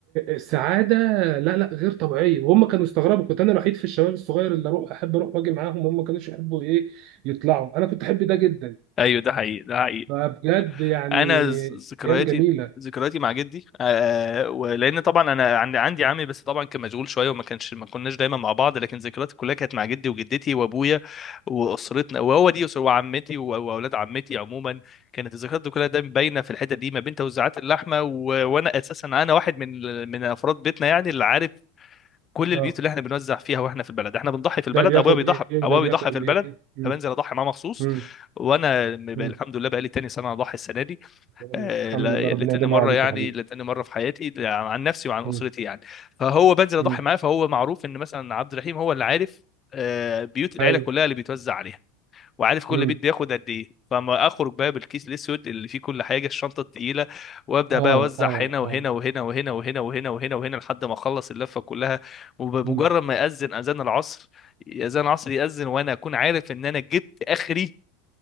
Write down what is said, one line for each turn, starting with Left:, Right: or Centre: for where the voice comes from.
Right: سعاده لا لا غير طبيعيه وهم كانوا استغربوا كنت انا الوحيد في الشباب الصغير اللي اروح احب اروح واجي معاهم هم ما كانوش يحبوا ايه يطلعوا انا كنت احب ده جدا
Left: ايوه ده حقيقي ده حقيقي
Right: فبجد يعني
Left: انا ز- ذكرياتي
Right: ايام جميله
Left: ذكرياتي مع جدي آه ولان طبعا انا عندي عندي عمي بس طبعا كان مشغول شويه وما كانش ما كناش دايما مع بعض لكن ذكرياتي كلها كانت مع جدي وجدتي وابويا واسرتنا وهو دي اسره وعمتي و- واولاد عمتي عموما كانت الذكريات دي كلها دايما باينه في الحته دي ما بين توزيعات اللحمه و... وانا اساسا انا واحد من من افراد بيتنا يعني اللي عارف كل البيوت
Right: اه
Left: اللي احنا بنوزع فيها واحنا في البلد احنا بنضحي في البلد
Right: ده بياخد
Left: ابويا بيضحي
Right: ايه
Left: ابويا
Right: وده بياخد
Left: بيضحي في
Right: ايه
Left: البلد
Right: مم.
Left: فبنزل اضحي معاه مخصوص
Right: مم.
Left: وانا م-
Right: مم.
Left: بقى- الحمد لله بقى لي تاني سنه اضحي السنه دي
Right: الحمد
Left: آه، لا-
Right: لله ربنا
Left: لتاني
Right: يديمها
Left: مره
Right: عليك
Left: يعني
Right: يا حبيبي
Left: لتاني مره في حياتي لا- عن نفسي وعن
Right: مم.
Left: اسرتي يعني فهو بنزل اضحي
Right: مم.
Left: معاه فهو معروف ان مثلا عبد الرحيم هو اللي عارف آه، بيوت العيله
Right: ايوه
Left: كلها اللي بيتوزع عليها وعارف كل
Right: مم.
Left: بيت بياخد قد ايه فما اخرج بقى بالكيس الاسود اللي فيه كل حاجه الشنطه التقيله وابدا
Right: اه
Left: بقى اوزع
Right: اه
Left: هنا وهنا
Right: اه
Left: وهنا وهنا وهنا وهنا وهنا وهنا لحد ما اخلص اللفه كلها وبمجرد
Right: مم.
Left: ما ياذن اذان العصر اذان العصر ياذن وانا اكون عارف ان انا جبت اخري